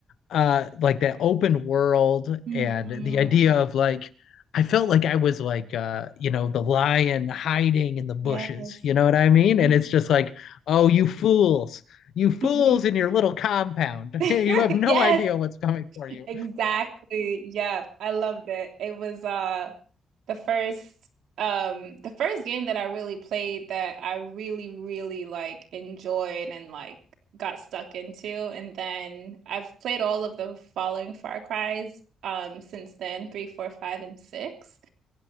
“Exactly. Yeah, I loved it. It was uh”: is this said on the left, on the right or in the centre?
Right